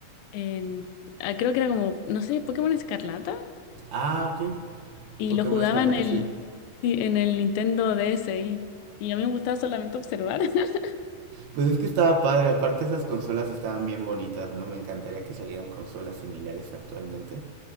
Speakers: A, on the left (about 75°); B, on the right (about 80°).
A: en- ah, creo que era como, no sé, Pokémon Escarlata.
B: Ah, ok.
A: Y
B: Pokémon
A: lo jugaba
B: Escarlata,
A: en el,
B: sí.
A: sí, en el Nintendo DSi. Y a mí me gustaba solamente observar. <laughs>
B: Pues es que estaba padre, aparte esas consolas estaban bien bonitas, ¿no? Me encantaría que salieran consolas similares actualmente,